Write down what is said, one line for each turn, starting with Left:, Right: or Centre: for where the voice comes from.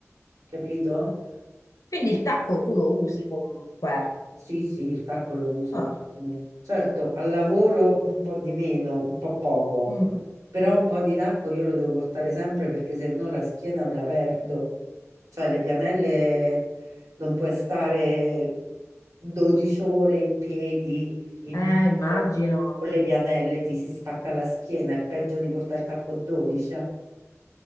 Right: capito?
Left: Quindi il tacco tu lo usi comunque.
Right: Sì, sì, il tacco lo uso
Left: Ah.
Right: e come. Certo, al lavoro un po' di meno, un po' poco,
Left: Mm.
Right: però un po' di tacco io lo devo portare sempre perché se no la schiena me la perdo. Cioè le pianelle non puoi stare 12 ore in piedi in
Left: Eh,
Right: giro
Left: immagino.
Right: con le pianelle, ti si spacca la schiena, è peggio di portare il tacco 12. eh.